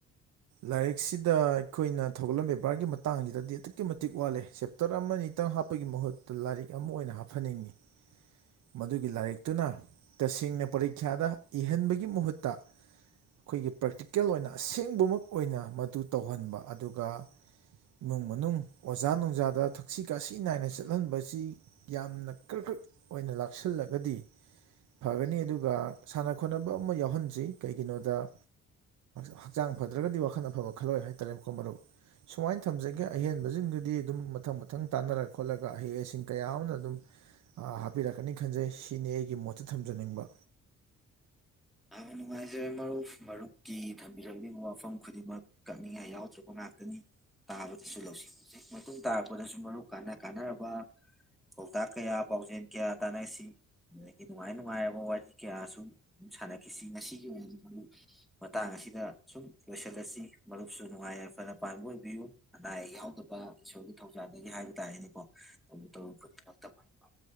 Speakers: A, on the right; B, in the centre.
A: ꯂꯥꯏꯔꯤꯛꯁꯤꯗ ꯑꯩꯈꯣꯏꯅ ꯊꯧꯒꯜꯂꯝ ꯕꯦꯕꯥꯔꯒꯤ ꯃꯇꯥꯡꯁꯤꯗꯗꯤ ꯑꯗꯨꯛꯀꯤ ꯃꯇꯤꯛ ꯋꯥꯠꯂꯦ ꯆꯦꯞꯇꫪ ꯑꯃ ꯅꯤ ꯇꯪ ꯍꯥꯞꯄꯒꯤ ꯃꯍꯨꯠꯇ ꯂꯥꯏꯔꯤꯛ ꯑꯃ ꯑꯣꯏꯅ ꯍꯥꯞꯍꯟꯅꯤꯡꯉꯤ ꯃꯗꯨꯒꯤ ꯂꯥꯏꯔꯤꯛꯇꯨꯅ ꯇꯁꯦꯡꯅ ꯄꯔꯤꯈ꯭ꯌꯥꯗ ꯏꯍꯟꯕꯒꯤ ꯃꯍꯨꯠꯇ ꯑꯩꯈꯣꯏꯒꯤ ꯄ꯭ꯔꯦꯛꯇꯤꯀꯦꯜ ꯑꯣꯏꯅ ꯑꯁꯦꯡꯕꯃꯛ ꯑꯣꯏꯅ ꯃꯗꯨ ꯇꯧꯍꯟꯕ ꯑꯗꯨꯒ ꯏꯃꯨꯡ ꯃꯅꯨꯡ ꯑꯣꯖꯥ ꯅꯨꯡꯖꯥꯗ ꯊꯛꯁꯤ ꯈꯥꯁꯤ ꯅꯥꯏꯅ ꯆꯠꯍꯟꯕꯁꯤ ꯌꯥꯝꯅ ꯀ꯭ꯔꯛ ꯀ꯭ꯔꯛ ꯑꯣꯏꯅ ꯂꯥꯛꯁꯤꯜꯂꯒꯗꯤ ꯐꯒꯅꯤ ꯑꯗꯨꯒ ꯁꯥꯟꯅ ꯈꯣꯠꯅꯕ ꯑꯃ ꯌꯥꯎꯍꯟꯁꯤ ꯀꯩꯒꯤꯅꯣꯗ ꯍꯛꯆꯥꯡ ꯐ ꯠꯇ꯭ꯔꯒꯗꯤ ꯋꯥꯈꯜ ꯑꯐꯕ ꯈꯜꯂꯣꯏ ꯍꯥꯏꯇꯥꯔꯦꯀꫭ ꯃꯔꯨꯞ ꯁꯨꯃꯥꯏꯅ ꯊꯝꯖꯒꯦ ꯑꯍꯦꯟꯕꯁꯤꯡꯗꯨꯗꯤ ꯑꯗꯨꯝ ꯃꯊꯪ ꯃꯊꯪ ꯇꯥꯟꯅꯔ ꯈꯣꯠꯂꯒ ꯑꯍꯩ ꯑꯁꯤꯡ ꯀꯌꯥ ꯑꯃꯅ ꯑꯗꯨꯝ ꯍꯥꯞꯄꯤꯔꯛꯀꯅꯤ ꯈꯟꯖꯩ ꯁꯤꯅꯤ ꯑꯩꯒꯤ ꯃꯣꯠꯇ ꯊꯝꯖꯅꯤꯡꯕ
B: ꯌꯥꯝꯅ ꯅꯨꯡꯉꯥꯏꯖꯔꯦ ꯃꯔꯨꯞ ꯃꯔꯨꯞꯀꯤ ꯊꯝꯕꯤꯖꯛꯂꯤꯕ ꯋꯥꯐꯝ ꯈꯨꯗꯤꯡꯃꯛ ꯀꯛꯅꯤꯡꯉꯥꯏ ꯌꯥꯎꯗ꯭ꯔꯕ ꯉꯥꯛꯇꯅꯤ ꯇꯥꯕꯗꯁꯨ ꯂꯧꯁꯤꯡ <unintelligible> ꯃꯇꯨꯡ ꯇꯥꯔꯛꯄꯗꯁꯨ ꯃꯔꯨꯞ ꯀꯅ ꯀꯥꯅꯔꯕ ꯄꯥꯎꯇꯥꯛ ꯀꯌꯥ ꯄꯥꯎꯖꯦꯜ ꯀꯌꯥ ꯇꯥꯟꯅꯁꯤ ꯑꯗꯒꯤ ꯅꯨꯡꯉꯥꯏ ꯅꯨꯡꯉꯥꯏꯔꯕ ꯋꯥꯔꯤ ꯀꯌꯥꯁꯨ ꯁꯥꯟꯅ ꯀꯤꯁꯤ ꯉꯁꯤꯒꯤ ꯑꯣꯏꯅꯗꯤ ꯃꯔꯨꯞ ꯃꯇꯥꯡ ꯑꯁꯤꯗ ꯁꯨꯝ ꯂꯣꯏꯁꯤꯜꯂꯁꯤ ꯃꯔꯨꯞꯁꯨ ꯅꯨꯡꯉꯥꯏ ꯌꯥꯏꯐꯅ ꯄꯥꯟꯕ ꯑꯣꯏꯕꯤꯌꯨ ꯑꯅꯥ ꯑꯌꯦꯛ ꯌꯥꯎꯗꯕ ꯏꯁꯣꫪꯒꯤ ꯊꯧꯖꯥꯗꯒꯤ ꯍꯥꯏꯕ ꯇꯥꯔꯦꯅꯦꯀꯣ ꯇꯧꯔꯨ ꯇꯧꯔꯨ ꯈꯨꯗꯤꯡꯃꯛꯇ ꯃꯥꯏ ꯄꯥꯛꯄ <unintelligible>